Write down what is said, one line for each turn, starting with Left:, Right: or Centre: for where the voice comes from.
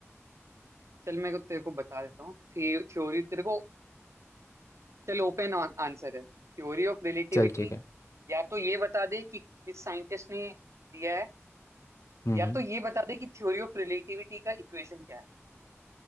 Right: चल मैं को- तेरे को बता देता हूँ थ्योरी तेरे को चल ओपन आंसर है थ्योरी ऑफ रिलेटिविटी
Left: चल ठीक है
Right: या तो ये बता दे कि किस साइंटिस्ट ने दिया है
Left: हम्म
Right: या तो ये बता दे कि थ्योरी ऑफ रिलेटिविटी का इक्वेशन क्या